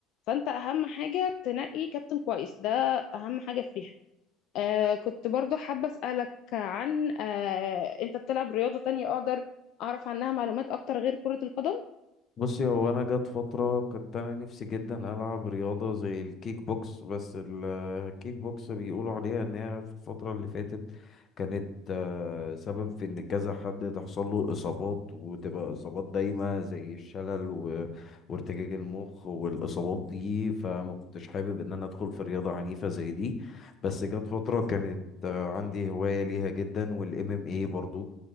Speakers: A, on the left; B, on the left.
A: فانت اهم حاجه تنقي كابتن كويس ده اهم حاجه فيها آه كنت برضو حابة أسألك عن آه أنت بتلعب رياضة تانية أقدر أعرف عنها معلومات أكتر غير كرة القدم؟
B: بصي هو انا جت فتره كنت انا نفسي جدا العب رياضه زي الكيك بوكس بس ال- الكيك بوكس بيقولوا عليها ان هي في الفتره اللي فاتت كانت آه، سبب في ان كذا حد تحصل له اصابات وتبقى اصابات دايمه زي الشلل و... وارتجاج المخ والاصابات دي فما كنتش حابب ان انا ادخل في رياضه عنيفه زي دي بس جت فتره كانت آه، عندي هوايه ليها جدا والام ام اي برضو